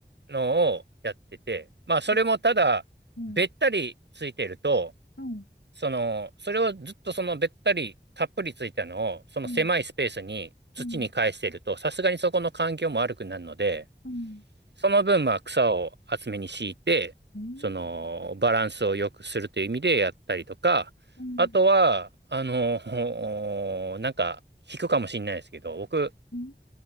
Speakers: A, on the right (about 70°); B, on the left (about 75°).
A: のをやってて、まあ、それもただ、
B: びっくり。うん。
A: べったりついてると、
B: うん。
A: その、それをずっとそのべったりたっぷりついたのを、その狭いスペースに土に返してると、
B: うん。うん。
A: さすがにそこの環境も悪くなるので、
B: うん。
A: その分、まあ、草を厚めに敷いて、
B: うん。
A: その、バランスを良くするという意味でやったりとか、
B: うん。
A: あとは、あの、<laughs> ほなんか、引くかもしれないですけど、僕、
B: うん。